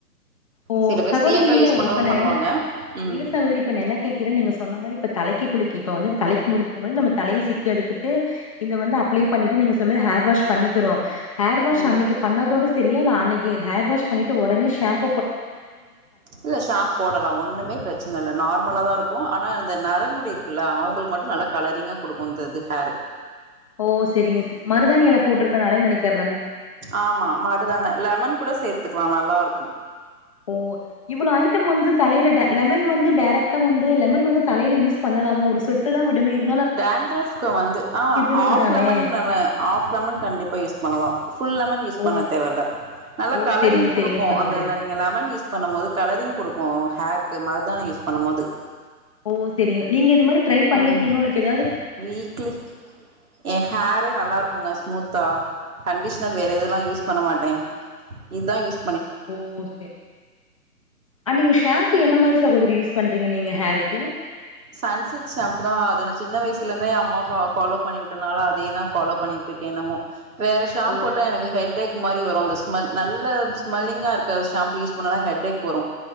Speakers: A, on the left; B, on the right.
A: ஓ
B: சில பேர்
A: சகோதரி
B: சியாக்கா
A: இல்ல
B: யூஸ் பண்றவங்க
A: இப்ப நா
B: பண்ணுவாங்க
A: என்ன
B: ம்
A: இல்ல சகோதரி இப்ப நா என்ன கேக்குற நீங்க சொன்ன மாரி இப்ப தலைக்கி குலிக்கி இப்ப வந்து தலைக் முதலுக்கு முன்னடி நம்ம தலைய சிக்கெடுத்துட்டு இந்த வந்து அப்ளை பண்ணிட்டு நீங்க சொன்ன ஹேர் வாஷ் பண்ணிக்கிறோ ஹேர் வாஷ்
B: ம்
A: அன்னிக்கு பண்ணதோட செரியா அன்னிக்கு ஹேர் வாஷ் பண்ணிட்டு ஒடனே ஷேம்ப்
B: இல்ல ஷாம்ப் போடலா ஒண்ணுமே ப்ரச்சனல்ல நார்மலாதாருக்கு ஆனா னா இந்த நரமுடி இருக்குல்ல அவுங்ளுக்கு மட்டு நல்லா கலரிங்கா குடுக்கு இந்த இது ஹேரு
A: ஓ செரிங்க சி மருதானி எல போட்ருக்கனாலே நெனைக்கற்
B: ஆமா மருதான லெமன் கூட சேத்துக்லா நல்லாருக்கு
A: ஓ இவ்ளோ ஐட்டம் வந்து தலைல டே லெமன் வந்து டேரெக்ட்டா வந்து லெமன் வந்து தலைல யூஸ் பண்ண ணலாமோ ஒரு சொட்டு தா விடனு இருந்
B: டேன்ட்ரஃப்க்கு வந்து அ
A: இருக்குதானே
B: ஆஃப் லெமன் ஆஃப் லெமன் கண்டிப்பா யூஸ் பண்ணலா ஃபுல் லெமன் யூஸ்
A: ஓ
B: பண்ண தேவல்ல நல்லா
A: ஓ
B: கலரிங்
A: செரிங்க
B: குடுக்கு
A: செரிங்க சகோதரி
B: அந்த ல நீங்க லெமன் யூஸ் பண்ணமோது கலரிங் குடுக்கு ஹேர்க்கு மரு மர்தானி யூஸ் பண்ணம்மோது
A: ஓ செரிங்க நீங்க இது மாரி ட்ரை பண்ணிருக்கிங்ளோ
B: ம்
A: உனக்கெதுக்
B: வீக்லி எ ஹேரே நல்லாருக்குங்க ஸ்மூத்தா அ கண்டிஷ்னர் வேற இதெல்லா யூஸ் பண்ண மாட்டே இத்தா யூஸ்ப்
A: ஓ சேர் அன்னிக்கு ஷேம்ப்பு என்ன மாரி சகோதிரி யூஸ் பண்றீ றிங்க நீங்க ஹேருக்கு
B: சன்சில்க் ஷேம்பு தா அது நா சின்ன வய்ஸுலந்தே அம்மாப்பா ஃபாலோ பண்ணிவுட்டனால அதேதா ஃபாலோ பண்ணிட் ருக்கே என்னமோ வேற ஷேம்ப்
A: ஓ
B: போட்டா எனக்கு ஹெட்டேக் மாரி வரு அந்த ஸ் மல் நல்ல ஸ்மெல்லிங்காருக்க ஷேம்பு யூஸ் பண்ணனா ஹெட்டேக் வரு